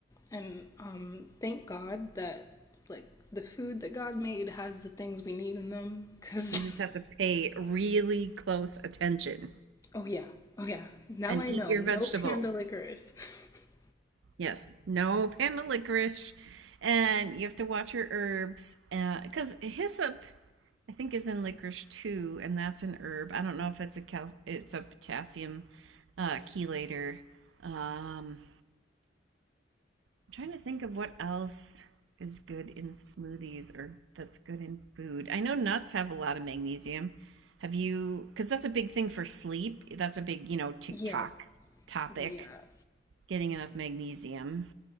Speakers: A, on the left; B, on the right.
A: And um thank God that like the food that God made has the things we need in them cuz
B: You
A: <laughs>
B: just have to pay really close attention
A: oh yeah. Oh yeah. Now
B: and
A: I
B: eat
A: know.
B: your
A: No
B: vegetables.
A: panda licorice. <laughs>
B: Yes, no panda licorice. And you have to watch your herbs. Because hyssop, I think, is in licorice too, and that's an herb. I don't know if it's a cal- it's a potassium uh, chelator. Um, I'm trying to think of what else is good in smoothies or that's good in food. I know nuts have a lot of magnesium. Have you, because that's a big thing for sleep. That's a big, you know, TikTok
A: Yeah.
B: topic,
A: Yeah.
B: getting enough magnesium.